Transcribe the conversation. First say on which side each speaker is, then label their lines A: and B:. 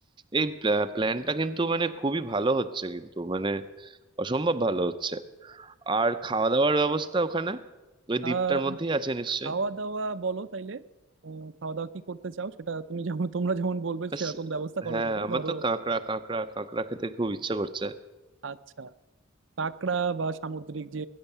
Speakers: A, on the right; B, on the right.
A: এই প্ল্যানটা কিন্তু মানে খুবই ভালো হচ্ছে কিন্তু মানে অসম্ভব ভালো হচ্ছে আর খাওয়া দাওয়ার ব্যবস্থা ওখানে ওই
B: আহ
A: দ্বীপটার মধ্যেই আছে নিশ্চয়ই
B: খাওয়া দাওয়া বলো তাইলে উম, খাওয়া দাওয়া কি করতে চাও সেটা তুমি যেমন তোমরা যেমন বলবে
A: আস,
B: সেরকম ব্যবস্থা করা
A: হ্যাঁ
B: যাবে
A: আমার
B: ধরো
A: তো কাঁকড়া কাঁকড়া কাঁকড়া খেতে খুব ইচ্ছে করছে
B: আচ্ছা কাঁকড়া বা সামুদ্রিক যে